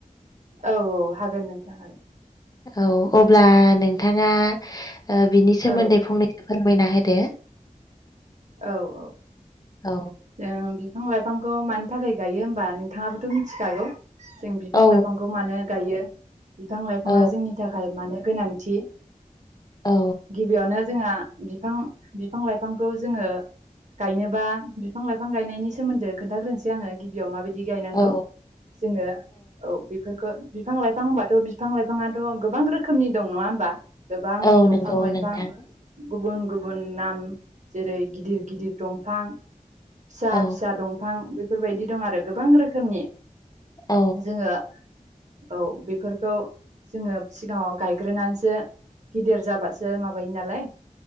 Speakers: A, on the right; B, on the left.
A: औ औ हागोन नोंथां हागोन
B: औ अब्ला नोंथाङा बिनि सोमोन्दै
A: औ
B: फंनैसो फोरमायना होदो
A: औ औ
B: औ
A: जों बिफां लाइफांखौ मानि थाखाय गायो होमबा नोंथाङाबोथ' मिथिखागौ जों बिफां
B: औ
A: लाइफांखौ मानो गायो बिफां लाइफाङा
B: औ
A: जोंनि नि थाखाय मानो गोनांथि
B: औ
A: गिबियावनो जोंहा बिफां बिफां लाइफांखौ जोङो गायनोबा बिफां लाइफां गायनायनि सोमोन्दो खोन्थाग्रोनोसै आङो गिबियाव माबायदि गायनांगौ
B: औ
A: जोङो औ बेफोरखौ बिफां लाइफां होनबाथ' बिफां लाइफाङाथ' गोबां रोखोमनि दं नङा होमबा गोबां
B: औ
A: दंफां
B: नंगौ
A: लाइफां
B: नोंथां
A: गुबुन गुबुन नाम जेरै गिदिर गिदिर दंफां फिसा
B: औ
A: फिसा दंफां बेफोरबायदि दं आरो गोबां रोखोमनि
B: औ
A: जोङो औ बेफोरखौ जोङो सिगाङाव गायग्रोनानैसो गिदिर जाबासो माबायो नालाय